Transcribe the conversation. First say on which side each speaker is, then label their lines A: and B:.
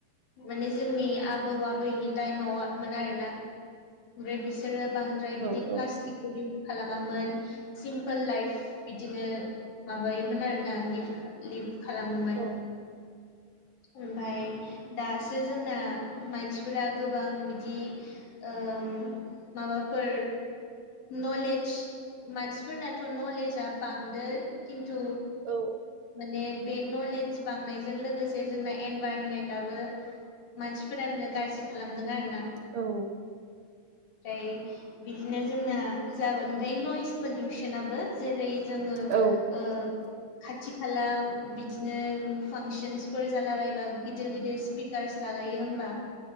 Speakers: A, on the left (about 65°); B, on the right (about 70°).
A: माने जोंनि आबौ आबैनि टाइमावमोन आरोना ओमफ्राय बिसोरो बांद्राय
B: औ
A: बिदि प्लास्टिक
B: औ
A: इउस खालामामोन सिम्पोल लाइफ बिदिनो माबायोमोन आरोना लिभ लिभ खालामोमोन
B: औ
A: ओमफ्राय दासो जोंना मानसिफोरा गोबां बिदि ओम माबाफोर नलेज मानसिफोरनाथ' नलेज जा बांदो खिन्थु
B: औ
A: माने बे नलेज बांनायजों लोगोसे जोंना एनभाइरनमेन्टआबो मानसिफोरानो गाज्रि खालामदों आरो ना
B: औ
A: ओमफ्राय बिदिनो जोंना जाबाय ओमफ्राय नइस पलिउसनाबो जेरै जोङो ओ
B: औ
A: खाथि खाला बिदिनो फांसनसफोर जालाबायबा गिदिर गिदिर स्पिकार्स लागायो होमबा